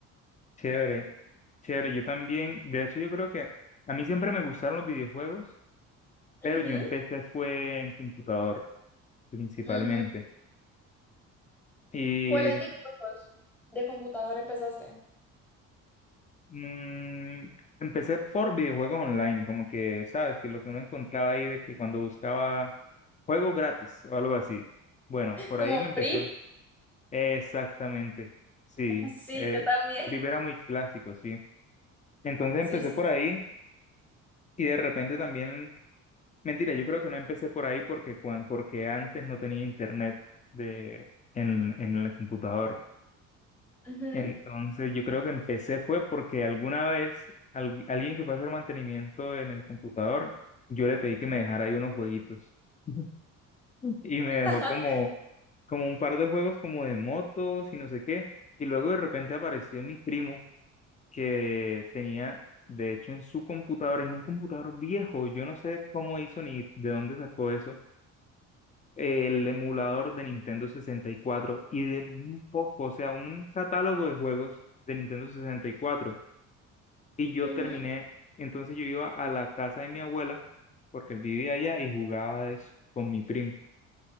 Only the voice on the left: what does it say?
chévere, chévere. Yo también, de hecho, yo creo que a mí siempre me gustaron los videojuegos, pero
yo empecé fue en computador principalmente.
Y
Mm, empecé por videojuegos online, como que, ¿sabes? Que lo que uno encontraba ahí de que cuando buscaba juego gratis o algo así. Bueno, por
ahí me empezó.
Exactamente, sí.
Eh,
Free
era muy clásico, sí. Entonces
empecé
por ahí y de repente también, mentira, yo creo que no empecé por ahí porque, cuan- porque antes no tenía internet de, en, en el computador.
Entonces, yo creo que empecé fue porque alguna vez al- alguien que fue a hacer mantenimiento en el computador, yo le pedí que me dejara ahí unos jueguitos <laughs> y me
dejó como, como un par de juegos como de motos y no sé qué. Y luego de repente apareció mi primo que tenía, de hecho, en su computador, en un computador viejo, yo no sé cómo hizo ni de dónde sacó eso, el emulador de Nintendo 64 y cuatro y de un poco, o sea, un catálogo de juegos de Nintendo 64. Y yo
terminé, entonces yo iba a la casa de mi abuela, porque él vivía allá y jugaba eso con mi primo.